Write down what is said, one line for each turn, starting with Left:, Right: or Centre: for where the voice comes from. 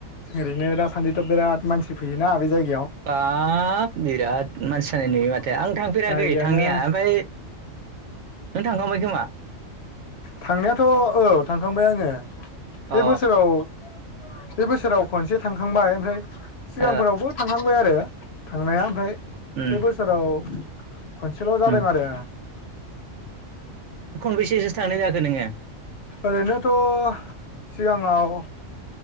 Left: ओरैनो दासान्दिथ' बिराद मानसि फैयोना बे जायगा
Right: बाप बिराद मानसि जानाय नुयो मा आं थांफेराखै
Left: जायगायानो
Right: थांनाया ओमफ्राय नों थांखांबाय खोमा
Left: थांनायाथ' ओ थांखांबाय आङो
Right: अ
Left: बे
Right: उम
Left: बोसोराव बे बोसोराव खनसे थांखांबाय ओमफ्राय सिगांफोरावबो
Right: ओ अ
Left: थांहांबाय आरो थांनाया ओमफ्राय
Right: उम
Left: बे बोसोराव खनसेल' जादों
Right: उम ओ
Left: आरो।
Right: बैसो थानाय जाखो नोंङो?
Left: ओरै नोथ' सिगांङाव